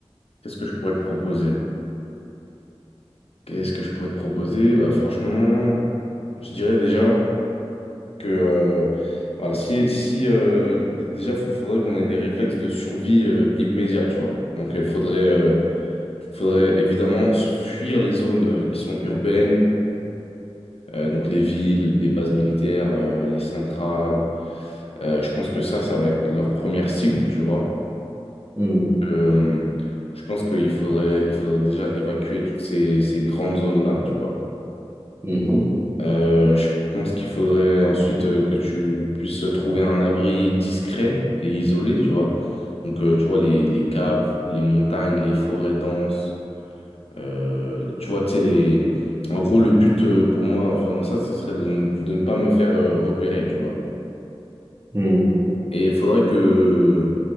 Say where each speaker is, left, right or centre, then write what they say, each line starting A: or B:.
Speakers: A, on the left; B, on the right.
A: qu'est-ce que je pourrais te proposer? Qu'est-ce que je pourrais te proposer? Bah, franchement, je dirais déjà que euh, voilà, si, si euh, d- déjà, il faudrait qu'on ait des réflexes de survie euh, immédiats, tu vois. Donc, il faudrait, euh, faudrait évidemment s- fuir les zones euh, qui sont urbaines, euh, donc les villes, les bases militaires, euh, les centrales. Euh, je pense que ça, ça va être leur première cible, tu vois.
B: Hmm,
A: Euh, je pense qu'il faudrait, il faudrait déjà évacuer toutes ces, ces grandes zones-là, tu vois.
B: mhm,
A: Euh, je pense qu'il faudrait ensuite euh, que tu puisses trouver un abri discret et isolé, tu vois. Donc, euh, tu vois, les, les caves, les montagnes, les forêts denses, euh, tu vois, tu sais, les... En gros, le but euh, pour moi en faisant ça, ce serait de, ne de ne pas me faire euh, repérer, tu vois.
B: hmm,
A: Et il faudrait que,